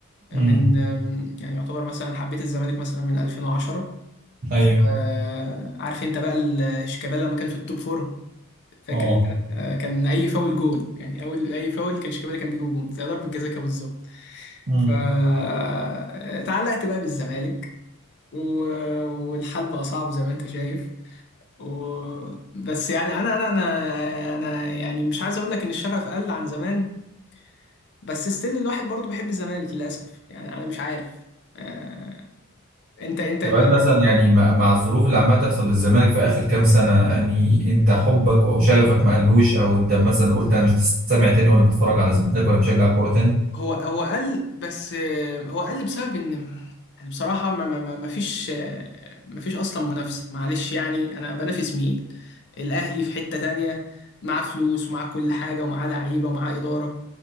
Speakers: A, on the left; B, on the right.
A: آه،
B: امم
A: من آم، يعني يعتبر مثلا حبيت الزمالك مثلا من 2010
B: ايوه
A: آه، عارف انت بقى ال- شيكابالا لما كان في التوب فورم فاكر
B: اه
A: انت آه، كان اي فاول جون يعني اول اي فاول كان شيكابالا كان بيجيب جون زي ضربة جزاء كده بالظبط
B: امم
A: فتعلقت بقى بالزمالك و- والحال بقى صعب زي ما انت شايف و... بس يعني انا انا انا انا يعني مش عايز اقول لك ان الشغف قل عن زمان بس ستيل الواحد برضه بيحب الزمالك للاسف يعني انا مش عارف آه... انت انت
B: كمان
A: انت
B: مثلا يعني مع مع الظروف اللي عماله تحصل للزمالك في اخر كام سنه يعني انت حبك او شغفك ما قلوش او انت مثلا قلت انا مش سامع تاني ولا متفرج على الزمالك ولا بشجع كوره تاني
A: هو هو قل بس آه، هو قل بسبب ان يعني بصراحة ما ما ما ما فيش آه، ما فيش اصلا منافسة معلش يعني انا بنافس مين الاهلي في حتة تانية معاه فلوس ومعاه كل حاجة ومعاه لعيبة ومعاه إدارة